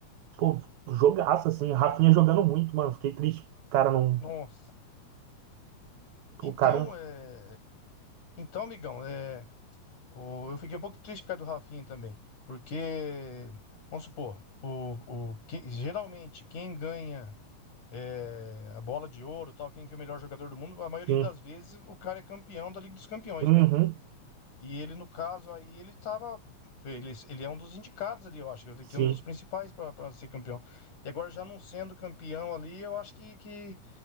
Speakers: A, on the right; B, on the left.
A: Pô, jogaço, assim. Rafinha jogando muito, mano. Fiquei triste. O cara não.
B: Nossa. Então,
A: O cara.
B: é, então, amigão, é. O- Eu fiquei um pouco triste por causa do Rafinha também, porque, vamos supor, o, o, que- geralmente quem ganha é, a bola de ouro, tal, quem que é o melhor jogador do mundo, a maioria
A: Sim.
B: das vezes o cara é campeão da Liga dos Campeões,
A: Uhum.
B: né? E ele, no caso, aí ele estava. Ele, ele é um dos indicados ali, eu acho, ele que
A: Sim.
B: é um dos principais para ser campeão. E agora, já não sendo campeão ali, eu acho que, que,